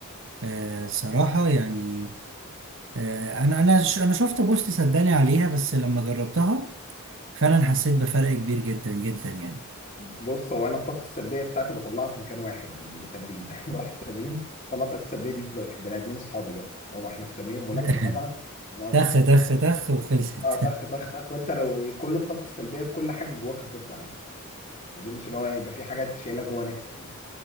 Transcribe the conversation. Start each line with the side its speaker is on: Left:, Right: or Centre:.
Right: آه صراحة يعني آه انا انا ش- انا شفت بوست صدقني عليها بس لما جربتها فعلا حسيت بفرق كبير جدا جدا يعني
Left: بص هو انا الطاقه السلبيه بتاعتي بطلعها في مكان واحد التمرين <laughs> يعني بروح التمرين طلع الطاقه السلبيه دي في في البني ادمين اصحابي بقى هو احنا في تمرين ملاكمه
Right: <laughs>
Left: طبعا بنقعد
Right: تخ تخ تخ وخلصت
Left: اه طخ
Right: <laughs>
Left: طخ طخ وانت لو كل الطاقه السلبيه بكل حاجه جواك هتطلع يعني ما اظنش اللي هو هيبقى في حاجه انت شايلها جوا نفسك يعني